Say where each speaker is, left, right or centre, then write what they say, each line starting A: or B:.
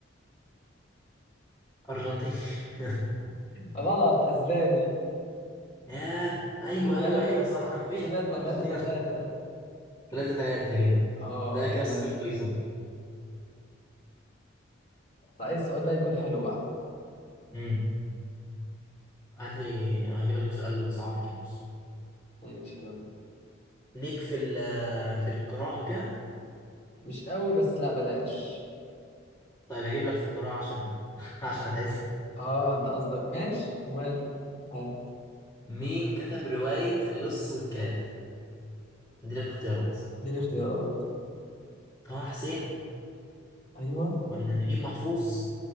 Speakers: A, on the left; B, on the left.
A: أرجنتين <laughs>
B: <laughs> غلط اسباني
A: ياه أيوه
B: خد بالك
A: أيوه أيوه صح مفيش
B: كده
A: حاجة اسمها
B: 3
A: أرجنتين
B: 3
A: <laughs> تلاتة تلاتة كده
B: اه
A: ده
B: يلا
A: كده السؤال
B: انت
A: الفيصل
B: عايز السؤال بقى يكون حلو بقى
A: امم هات لي هجيب لك سؤال صعب كده بص
B: ماشي يلا
A: ليك في ال في القراءة وكده
B: مش قوي بس لا بلاش
A: طيب هجيب لك في القراءة عشان <laughs> عشان هتعزم
B: اه انت قصدك ماشي ومال ها
A: مين كتب رواية اللص والكلاب؟ ادي لك اختيارات
B: اديني اختيارات
A: طه حسين
B: ايوه
A: ولا نجيب محفوظ